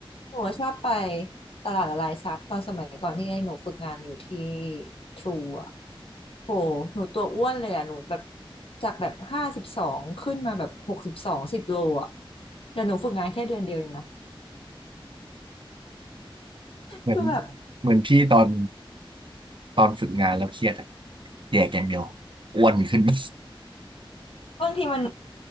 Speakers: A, on the left; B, on the right.
A: หนูว่าชอบไปตลาดละลายซับตอนสมัยก่อนที่หนูฝึกงานอยู่ที่ทรูอ่ะโหหนูตัวอ้วนเลยอ่ะหนูแบบจากแบบห้าสิบสองขึ้นมาแบบหกสิบสองสิบโลอ่ะแต่หนูฝึกงานแค่เดือนเดียวเองนะ
B: เหมือน
A: คือแบบ
B: เหมือนพี่ตอนตอนฝึกงานแล้วเครียดอะแยกอย่างเดียวอ้วนขึ้น <laughs>
A: บางทีมัน